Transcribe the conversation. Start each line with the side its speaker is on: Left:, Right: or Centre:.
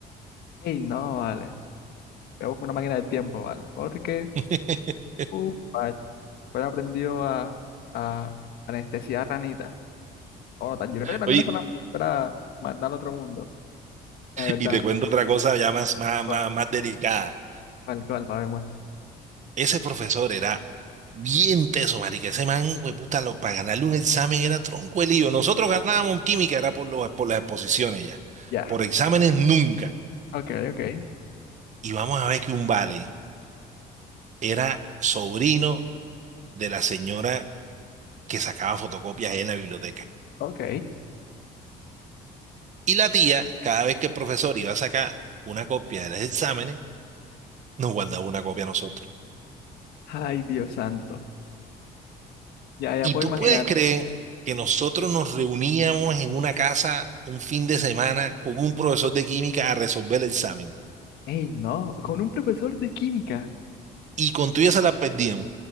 Left: Ey, no, vale. Me busco una máquina del tiempo, vale. Porque,
Right: <laughs>
Left: uh, vale, fuera aprendió a, a anestesiar a Anita. O no, tan- yo creo que también
Right: Oye,
Left: es para, para mandar al otro mundo, la verdad.
Right: y te cuento otra cosa ya más, más, más,
Left: Tal
Right: más delicada.
Left: tal cual, para demostrar.
Right: Ese profesor era bien teso, marica. Ese man, puta, lo, para ganarle un examen era tronco el lío. Nosotros ganábamos química, era por, los, por las exposiciones ya.
Left: Ya.
Right: Por exámenes nunca.
Left: Ok, ok.
Right: Y vamos a ver que un vale era sobrino de la señora que sacaba fotocopias ahí en la biblioteca.
Left: Ok.
Right: Y la tía, cada vez que el profesor iba a sacar una copia de los exámenes, nos guardaba una copia a nosotros.
Left: Ay, Dios santo. Ya, ya
Right: Y
Left: puedo
Right: tú
Left: imaginar.
Right: puedes creer que nosotros nos reuníamos en una casa un fin de semana con un profesor de química a resolver el examen.
Left: Ey, no, con un profesor de química.
Right: Y con tuya se la perdíamos.